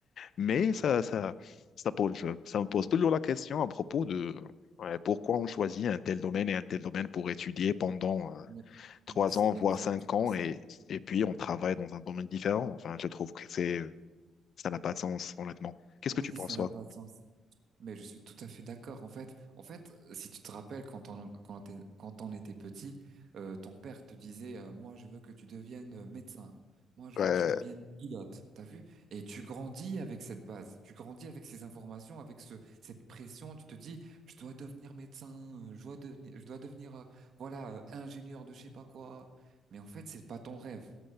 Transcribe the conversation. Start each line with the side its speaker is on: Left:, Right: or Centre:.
Left: Mais ça, ça, ça pose, ça me pose toujours la question à propos de, ouais, pourquoi on choisit un tel domaine et un tel domaine pour étudier pendant, euh,
Right: Mais,
Left: trois
Right: mais c'est
Left: ans, voire
Right: exactement
Left: cinq ans
Right: ça.
Left: et, et puis on travaille dans un domaine différent. Enfin, je trouve que c'est, ça n'a pas de sens, honnêtement. Qu'est-ce
Right: Oui,
Left: que tu penses,
Right: ça
Left: toi?
Right: n'a pas de sens. Mais je suis tout à fait d'accord. En fait, en fait, si tu te rappelles quand on quand t'es- quand on était petit, euh, ton père te disait, euh, moi je veux que tu deviennes euh, médecin. Moi je
Left: Ouais,
Right: veux que tu deviennes pilote. T'as vu? Et tu grandis avec cette base. Tu grandis avec ces informations, avec ce cette pression. Tu te dis, je dois devenir médecin. euh, Je dois devenir, je dois devenir, euh, voilà, euh, ingénieur de je sais pas quoi. Mais en fait, c'est pas ton rêve.